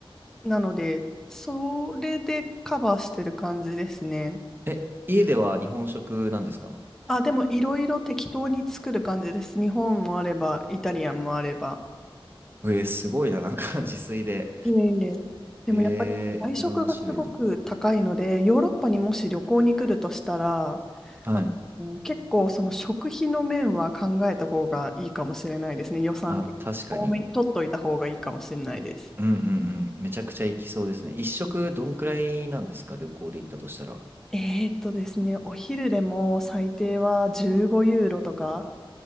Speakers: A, in the centre; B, on the right (about 25°).
A: なので、それでカバーしてる感じですね。
B: え、家では日本食なんですか
A: あ、でもいろいろ適当に作る感じです。日本もあれば、イタリアンもあれば。
B: えー、すごいな、なんか <laughs> 自炊で。
A: いえいえ。でもやっぱり外食がすごく高いので、
B: えー、いろんな種類の。
A: ヨーロッパにもし旅行に来るとしたら、
B: はい。
A: あの結構その食費の面は考えた方がいいかもしれないですね。予算的に多めに取っといた方がいいかもしれないです。
B: あ、確かに。うんうんうん。めちゃくちゃ行きそうですね。一食どんくらいなんですか旅行で行ったとしたら。
A: えーっとですね、お昼でも最低は15ユーロとか、